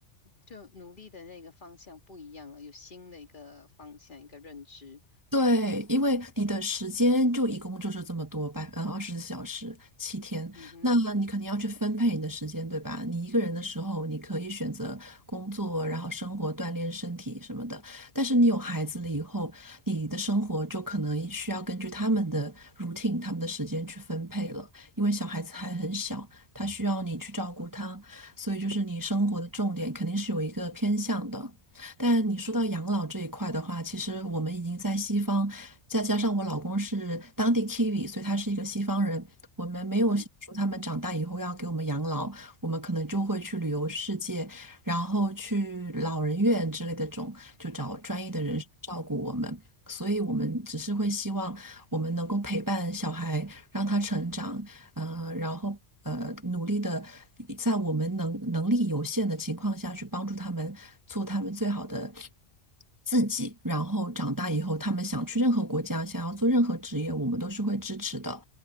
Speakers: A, on the left (about 45°); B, on the right (about 20°).
A: 就努力的那个方向不一样了，有新的一个方向，一个认知。
B: 对，因为你的时间就一共就是这么多吧，嗯，二十四小时，七天，
A: 嗯哼，
B: 那你肯定要去分配你的时间，对吧？你一个人的时候，你可以选择工作，然后生活、锻炼身体什么的。但是你有孩子了以后，你的生活就可能需要根据他们的 routine、他们的时间去分配了，因为小孩子还很小，他需要你去照顾他，所以就是你生活的重点肯定是有一个偏向的。
A: 嗯
B: 但你说到养老这一块的话，
A: 嗯
B: 其实我们已经在西方，再加上我老公是当地 Kiwi，所以他是一个西方人，我们没有想说他们长大以后要给我们养老，
A: 嗯
B: 我们可能就会去旅游世界，然后去老人院之类的种，就找专业的人士照顾我们。
A: 嗯
B: 所以我们只是会希望我们能够陪伴小孩，让他成长，呃，然后呃，努力的在我们能能力有限的情况下去帮助他们做他们最好的自己，然后长大以后，他们想去任何国家，想要做任何职业，我们都是会支持的，